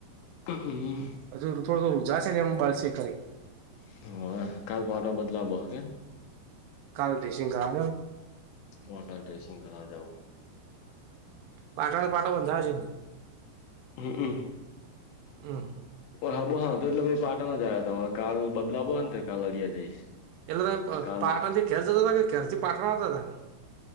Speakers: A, on the left (about 80°); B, on the right (about 80°).
A: હમ.
B: હજુ થોડો રૂજા છે ને એમ બાળશે ખરી.
A: <unintelligible>
B: કાલ ડેસીગ કરાવ્યો.
A: માડા ડ્રેસિંગ કરવા જવુ
B: પાટોનો પાટો બંધાવ જે.
A: હમ.
B: હમ.
A: હા બો હા તો એટલે અમે પાટણ જ આવયા તા કાલ બદલાવોને તો કાલ અરિયા જઈશ.
B: <unintelligible>
A: એટલે કાલ
B: પાટણથી ઘેર જતા તા કે ધેરથી પાટણ આવતા હતા.